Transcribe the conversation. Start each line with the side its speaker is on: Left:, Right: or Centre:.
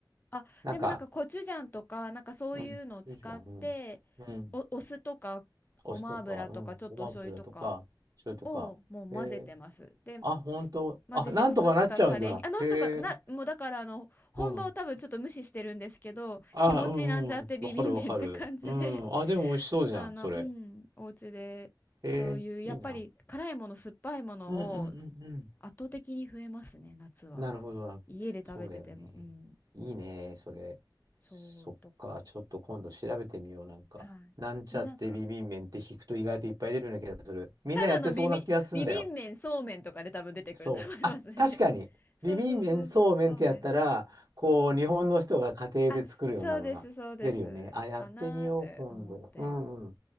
Left: あ、
Right: なんか、
Left: でもなんかコチュジャンとか、なんかそういうのを使って、
Right: うん。よいしょうん。うん。
Left: お、お酢とか、
Right: お酢とか、
Left: ごま油とか、
Right: うん。
Left: ちょっとお醤油とか、
Right: ごま油とか、醤油とか。
Left: をもう混ぜてます。
Right: へえ。
Left: で、
Right: あ、ほんと。
Left: す混ぜて作ったタレに、
Right: あ、なんとかなっちゃうんだ。
Left: あ、なんとかな、
Right: へえ。
Left: もうだからあの、本場を多分ちょっと無視してるんですけど、
Right: うん。あ、
Left: 気持ちなんちゃってビビン麺って感じで、
Right: うんうん。わかるわかる。うん。
Left: <laughs>
Right: あ、でも美味しそうじゃん、
Left: あの、
Right: それ。
Left: うん、お家で、
Right: へえ、
Left: そういう、やっぱり辛いもの、
Right: いいな。
Left: 酸っぱいものを圧
Right: うんうんうんうん。
Left: 倒的に増えますね、夏は。
Right: なるほどな。
Left: 家で食べてても、
Right: そうだよね。
Left: うん、
Right: いいね、それ。
Left: そうとか、
Right: そっか、ちょっと今度調べてみよう、なんか。
Left: はい。
Right: なんちゃってビビン麺って引くと意外といっぱい出るような気がする。
Left: でもなんか、
Right: みんなやってそうな気がするんだよ。
Left: ただのビビ、ビビン麺、そうめんとかで多分出てくると思いますね。
Right: そう。あ、確かに。
Left: <laughs> そうそうそうそう、
Right: ビビン麺、そうめんってやったら、
Left: そうめん。
Right: こう、日本の人が家庭で作るようなのが出るよね。
Left: あ、そうです、そうです。
Right: あ、やってみよう、
Left: かなーって思って。
Right: 今度。うんうん。